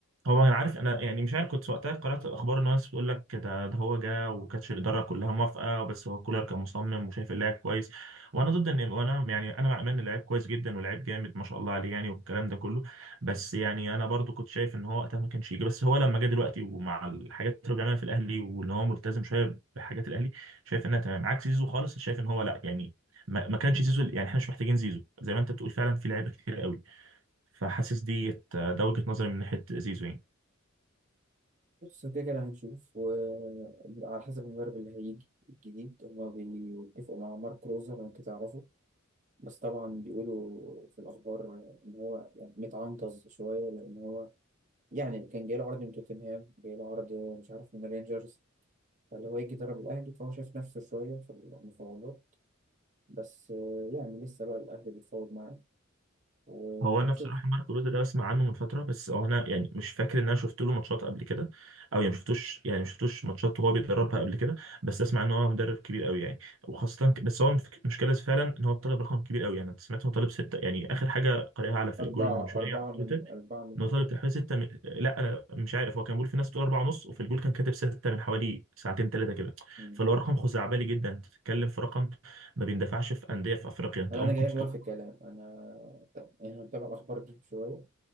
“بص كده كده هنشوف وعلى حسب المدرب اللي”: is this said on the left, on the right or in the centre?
Right